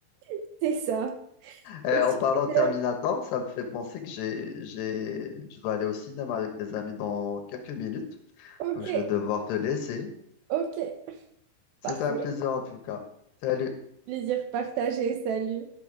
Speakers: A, on the right (about 75°); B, on the left (about 75°).
A: <laughs> C'est ça.
B: Eh,
A: Et
B: en
A: sur
B: parlant de
A: ce,
B: Terminator, ça me fait penser que j'ai, j'ai, je dois aller au cinéma avec des amis dans quelques minutes.
A: ok,
B: Donc, je vais devoir te laisser.
A: ok,
B: C'était
A: parfait.
B: un plaisir en tout cas. Salut.
A: Plaisir partagé, salut.